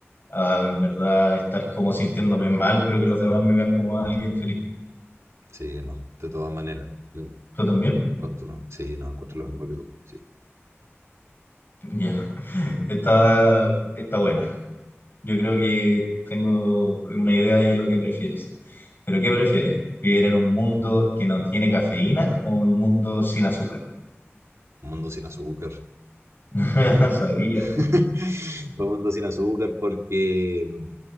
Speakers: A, on the left (about 45°); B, on the right (about 90°).
A: a, a, en verdad estar como sintiéndome mal, pero que los demás me vean como alguien feliz.
B: Sí, no, de todas maneras. Yo
A: ¿Tú también?
B: encuentro, sí, no, encuentro lo mismo que tú. Sí,
A: Ya, Está, está buena. Yo creo que tengo una idea de lo que prefieres. Pero ¿qué prefieres? ¿Vivir en un mundo que no tiene cafeína o un mundo sin azúcar?
B: un mundo sin azúcar.
A: <laughs> Sabía.
B: <laughs> Un mundo sin azúcar porque mm,